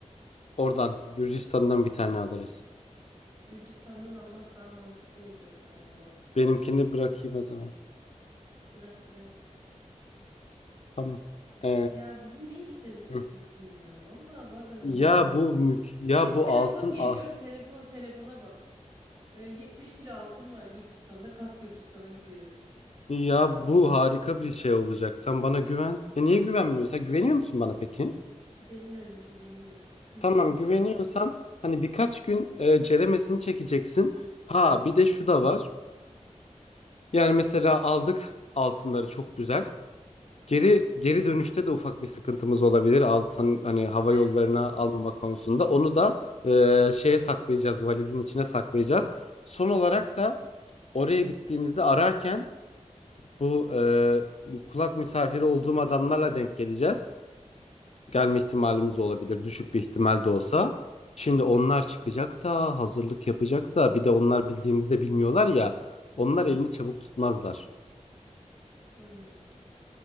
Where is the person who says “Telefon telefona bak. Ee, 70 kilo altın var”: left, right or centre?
Right